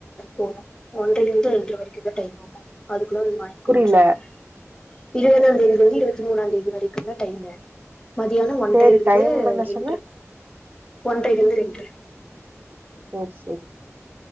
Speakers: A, on the left; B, on the right.
A: போனும் ஒன்ரைல இருந்து ரென்ரை வரைக்கும்தா டைம்மாம அது அதுகுள்ள நீ வாங்கினு
B: புரியல
A: சொன்னாங்க இருவதாம் தேதில இருந்து இருவத்தி மூணாம் தேதி வரைக்கும் தான் டைமு மதியானம் ஒன்றைல
B: சேரி
A: இருந்து
B: டைம் என்ன
A: ரெண்டு
B: சொன்ன
A: இருக்கும் ஒன்றை போ அங்க
B: சேரி சேரி